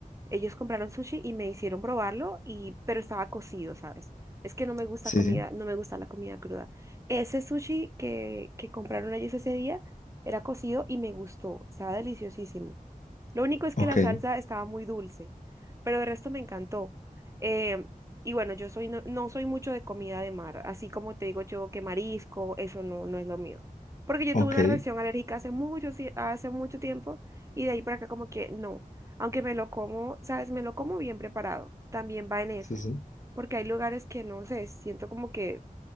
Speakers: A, on the right; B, on the left.
A: ellos compraron sushi y me hicieron probarlo, y, pero estaba cocido, ¿sabes? Es que no me gusta
B: sí,
A: comida,
B: sí.
A: no me gusta la comida cruda. Ese sushi que, que compraron ellos ese día era cocido y me gustó, estaba deliciosísimo. Lo único es
B: Ok,
A: que la salsa estaba muy dulce, pero el resto me encantó. Em, y bueno, yo soy no, no soy mucho de comida de mar, así como te digo yo que marisco, eso no, no es lo mío. Porque yo
B: ok,
A: tuve una reacción alérgica hace mucho, sí, hace mucho tiempo y de ahí para acá como que no. Aunque me lo como, ¿sabes? Me lo como bien preparado. También va en eso.
B: sí, sí.
A: Porque hay lugares que no sé, siento como que